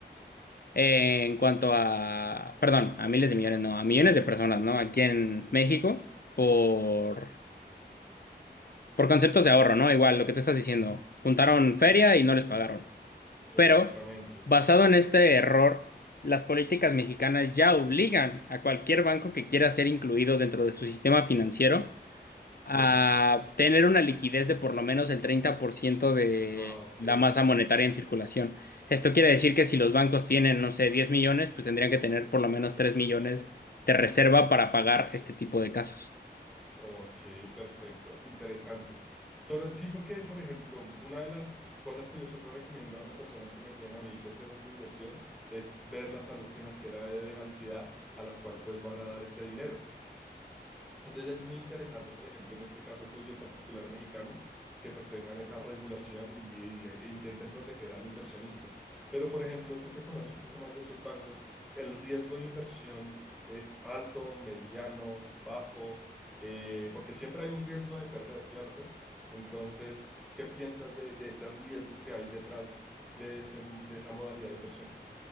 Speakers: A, on the left; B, in the centre.
A: Eh, en cuanto a, perdón, a miles de millones, no, a millones de personas, ¿no? Aquí en México por, por conceptos de ahorro, ¿no? Igual lo que tú estás diciendo, juntaron feria y no les pagaron. Pero
B: Exactamente,
A: basado en este error, las políticas mexicanas ya obligan a cualquier banco que quiera ser incluido dentro de su sistema financiero
B: sí.
A: a tener una liquidez de por lo menos el 30% de
B: Ah, ok,
A: la masa monetaria en circulación. Esto quiere decir que si los bancos tienen, no sé, 10 millones, pues tendrían que tener por lo menos 3 millones de reserva para pagar este tipo de casos.
B: ok, perfecto, interesante. Sobre, sí, porque, por ejemplo, una de las cosas que yo siempre recomiendo a las personas que me piden a mí consejos de inversión es ver la salud financiera de, de la entidad a la cual pues van a dar ese dinero. Entonces es muy interesante, por ejemplo, en este caso tuyo en particular mexicano, que pues tengan esa regulación y, y- e intenten proteger al inversionista. Pero, por ejemplo, tú que conoces un poco más de esos bancos, el riesgo de inversión es alto, mediano, bajo, eh, porque siempre hay un riesgo de perder, ¿cierto? Entonces, ¿qué piensas de, de ese riesgo que hay detrás de, ese- de esa modalidad de inversión?